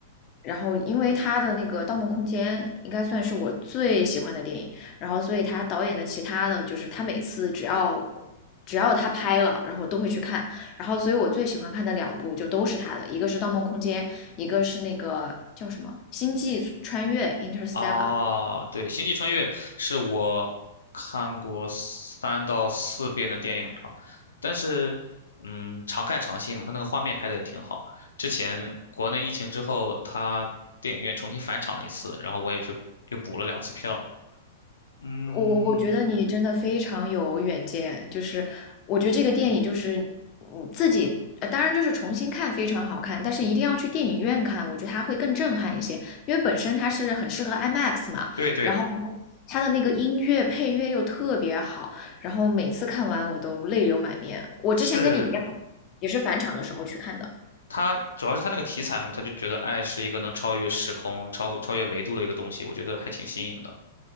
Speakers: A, on the left; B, on the left.
A: 然后因为他的那个《盗梦空间》应该算是我最喜欢的电影，然后所以他导演的其他的就是他每次只要只要他拍了，然后我都会去看，然后所以我最喜欢看的两部就都是他的，一个是《盗梦空间》，一个是那个叫什么《星际穿越》（Interstellar），
B: 啊，对，《星际穿越》是我看过三到四遍的电影吧，但是，嗯，常看常新嘛，它那个画面拍的也挺好。之前国内疫情之后，它电影院重新返场了一次，然后我也去又补了两次票。嗯，
A: 我我觉得你真的非常有远见，就是我觉得这个电影就是你自己，呃当然就是重新看非常好看，但是一定要去电影院看，我觉得它会更震撼一些，因为本身它是很适合 IMAX 嘛，
B: 对对，
A: 然后它的那个音乐配乐又特别好，然后每次看完我都泪流满面。我之前跟你一样，
B: 是
A: 也是返场的时候去看的。
B: 它，主要是它那个题材嘛，他就觉得爱是一个能超越时空、超超越维度的一个东西，我觉得还挺新颖的。